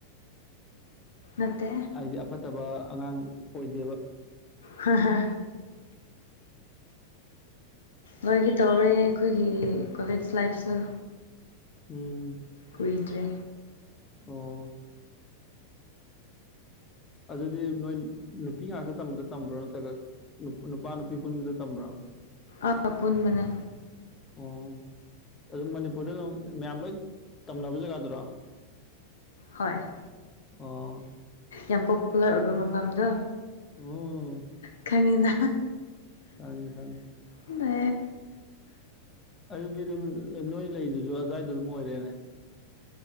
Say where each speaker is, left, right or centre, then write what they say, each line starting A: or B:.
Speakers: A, on the left; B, on the left.
A: ꯅꯠꯇꯦ
B: ꯍꯥꯏꯗꯤ ꯑꯐꯠꯇꯕ ꯑꯉꯥꯡ ꯑꯣꯏꯗꯦꯕ
A: ꯍ ꯍꯥ ꯃꯣꯏꯒꯤ ꯇꯧꯔꯦ ꯑꯩꯈꯣꯏꯒꯤ ꯀꯣꯂꯦꯖ ꯂꯥꯏꯐꯁꯨ
B: ꯎꯝ
A: ꯀꯨꯏꯗ꯭ꯔꯦ
B: ꯑꯣ ꯑꯗꯨꯗꯤ ꯅꯣꯏ ꯅꯨꯄꯤ ꯉꯥꯛꯇ ꯇꯝꯕꯗ ꯇꯝꯕ꯭ꯔꯣ ꯅꯠꯇ꯭ꯔꯒ ꯅꯨꯄꯥ ꯅꯨꯄꯤ ꯄꯨꯟꯕꯗ ꯇꯝꯕ꯭ꯔꯣ
A: ꯑꯥ ꯄꯨꯟꯕꯟꯅ
B: ꯑꯣ ꯑꯗꯨꯝ ꯃꯅꯤꯄꯨꯔꯗ ꯑꯗꯨꯝ ꯃꯌꯥꯝ ꯂꯣꯏ ꯇꯝꯅꯕ ꯖꯒꯥꯗꯨꯔꯣ
A: ꯍꯣꯏ
B: ꯑꯣ
A: ꯌꯥꯝ ꯄꯣꯄꯨꯂꯔ ꯑꯣꯏꯕ ꯃꯐꯝꯗꯣ
B: ꯎꯝ
A: ꯈꯪꯉꯤꯗ
B: ꯁꯥꯡꯉꯦ ꯁꯥꯡꯉꯦ
A: ꯃ
B: ꯑꯗꯨꯗꯤ ꯑꯗꯨꯝ ꯅꯣꯏ ꯂꯩꯗꯨꯁꯨ ꯑꯗꯨ꯭ꯋꯥꯏꯗ ꯑꯗꯨꯝ ꯑꯣꯏꯔꯦꯅꯦ